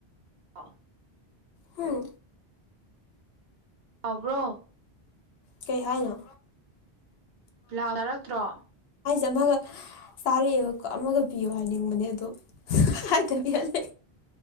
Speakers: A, on the right; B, on the left.
A: ꯑ
B: ꯍꯝ
A: ꯇꯕ꯭ꯔꯣ
B: ꯀꯩ ꯍꯥꯏꯥꯏꯅ
A: ꯂꯥꯎꯔꯛꯇ꯭ꯔꯣ
B: ꯑꯃꯒ ꯆꯥꯔꯛꯑꯦꯕꯀꯣ ꯑꯃꯒ ꯄꯤꯌꯣ ꯍꯥꯏꯅꯤꯡꯕꯅꯦ ꯑꯗꯣ ꯍꯥꯏꯊꯕꯤꯍꯜꯂ